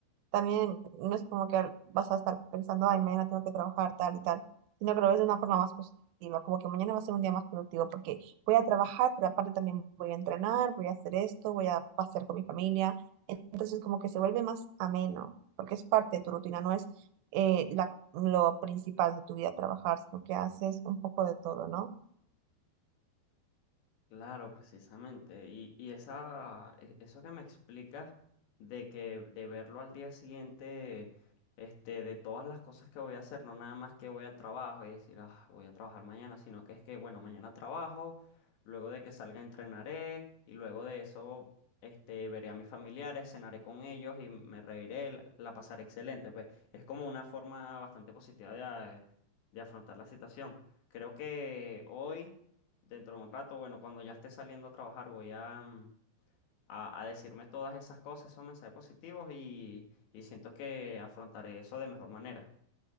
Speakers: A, on the right (about 85°); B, on the left (about 85°).
A: también no es como que vas a estar pensando, ay, mañana tengo que trabajar tal y tal, sino que lo ves de una forma más positiva, como que mañana va a ser un día más productivo porque voy a trabajar, pero aparte también voy a entrenar, voy a hacer esto, voy a pasear con mi familia. Entonces como que se vuelve más ameno, porque es parte de tu rutina, no es eh, la- lo principal de tu vida trabajar, sino que haces un poco de todo, ¿no?
B: Claro, precisamente. Y, y esa, e- eso que me explicas de que de verlo al día siguiente, este, de todas las cosas que voy a hacer, no nada más que voy al trabajo y decir, ah, voy a trabajar mañana, sino que es que, bueno, mañana trabajo, luego de que salga entrenaré y luego de eso, este, veré a mis familiares, cenaré con ellos y me reiré, la la pasaré excelente. Pues es como una forma bastante positiva de, a- de afrontar la situación. Creo que hoy. Dentro de un rato, bueno, cuando ya esté saliendo a trabajar, voy a, mm, a, a decirme todas esas cosas, esos mensajes positivos y, y siento que afrontaré eso de mejor manera.